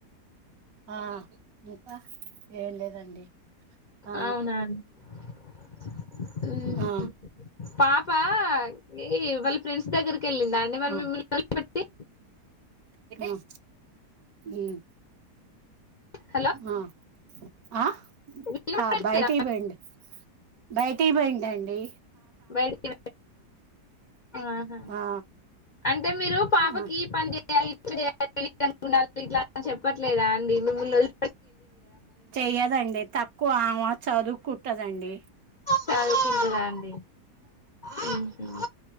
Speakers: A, on the right (about 65°); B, on the left (about 50°).
A: ఆ ఇంకా ఏం లేదండి ఆ
B: అవునా అండీ <inaudible> ఊమ్
A: ఆ
B: పాపా ఇ వాళ్ళ ఫ్రెండ్స్ దగ్గరికి ఎళ్ళిందా అండి మరి
A: ఆ ఆ
B: మిమ్మల్ని ఒదిలి పెట్టి టి
A: ఉమ్ ఊమ్
B: హలో
A: ఆ ఆ
B: వినపడట్లేదా
A: కా బయటి బోయిండు డి బయటి బోయిండండి అండి
B: బయడి ఆహా
A: ఆ
B: అంటే మీరు పాపకి
A: ఆ
B: పని జెయాలి ఇట్లా జెయాలి <inaudible> ఇట్లా గుణాలు ఇట్లాంటి చెప్పట్లేదా అండి మిమ్మల్ని వది
A: చెయ్యదండి తక్కువ ఆమ చదువుకు కదండీ
B: చదువుకుంటదా అండి హ్మ్ హ్మ్